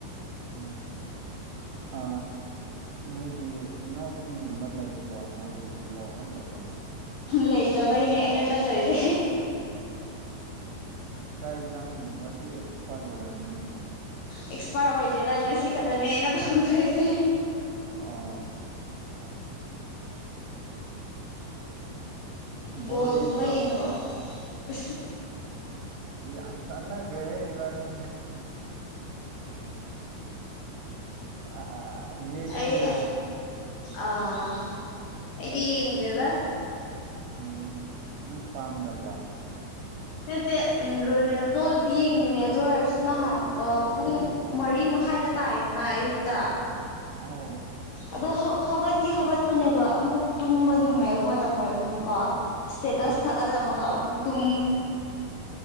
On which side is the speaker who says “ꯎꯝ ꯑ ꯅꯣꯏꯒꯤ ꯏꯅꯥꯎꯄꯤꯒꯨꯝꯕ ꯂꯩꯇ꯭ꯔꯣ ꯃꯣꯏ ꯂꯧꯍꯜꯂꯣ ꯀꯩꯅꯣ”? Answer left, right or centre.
Right